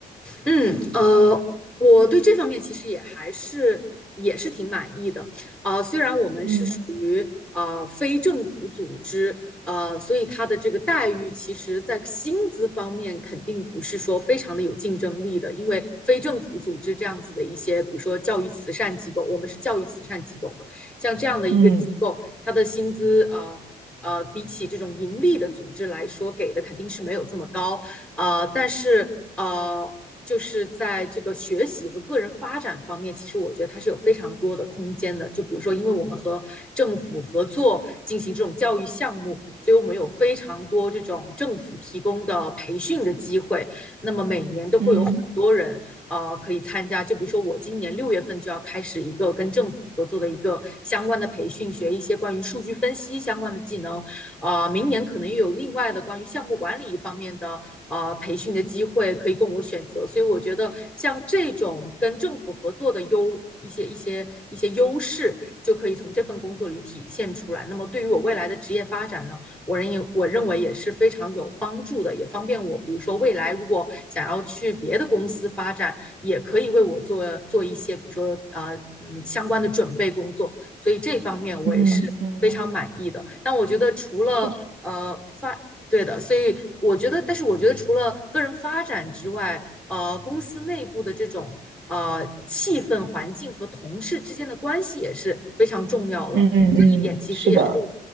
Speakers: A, in the centre; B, on the right (about 70°).
A: 嗯，呃，我对这方面其实也还是也是挺满意的啊、虽然我们是属于呃非政府组织，
B: 嗯
A: 呃，所以它的这个待遇，其实在薪资方面肯定不是说非常的有竞争力的，因为非政府组织这样子的一些，比如说教育慈善机构，我们是教育慈善机构嘛，像这样的一个机构，
B: 嗯
A: 它的薪资呃呃，比起这种盈利的组织来说，给的肯定是没有这么高。呃，但是呃，就是在这个学习和个人发展方面，其实我觉得它是有非常多的空间的。就比如说，因为我们和政府合作进行这种教育项目，所以我们有非常多这种政府提供的培训的机会。那么每年都会有很多人呃可以参加。
B: 嗯
A: 就比如说，我今年六月份就要开始一个跟政府合作的一个相关的培训，学一些关于数据分析相关的技能。呃，明年可能又有另外的关于项目管理方面的呃培训的机会可以供我选择，所以我觉得像这种跟政府合作的优一些一些一些优势，就可以从这份工作里体现出来。那么对于我未来的职业发展呢，我认为我认为也是非常有帮助的，也方便我，比如说未来如果想要去别的公司发展，也可以为我做做一些，比如说呃嗯相关的准备工作。所以这方面我也是非常满意的。
B: 嗯嗯，
A: 但我觉得除了呃发对的，
B: 是，
A: 所以我觉得，但是我觉得除了个人发展之外，呃，公司内部的这种呃气氛、环境和同事之间的关系也是非常重要的。
B: 嗯嗯嗯，
A: 这一点其实也是
B: 是的，